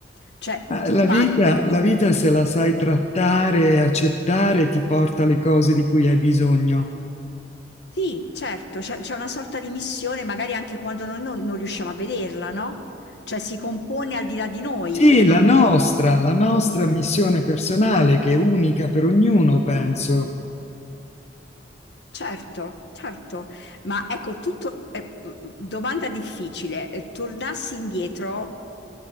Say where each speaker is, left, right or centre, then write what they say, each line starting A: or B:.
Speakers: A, on the left (about 65°); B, on the left (about 40°).
A: Cioè,
B: Ah,
A: tu
B: La
A: parti...
B: vita, la vita, se la sai trattare e accettare, ti porta le cose di cui hai bisogno.
A: Sì, certo, c'è c'è una sorta di missione, magari anche quando noi non, non riusciamo a vederla, no? Cioè, si compone al di là di noi,
B: Sì,
A: è
B: la
A: come
B: nostra,
A: un...
B: la nostra missione personale, che è unica per ognuno, penso.
A: Certo, certo. Ma ecco, tutto... eh, mm, domanda difficile. Eh, Tornassi indietro,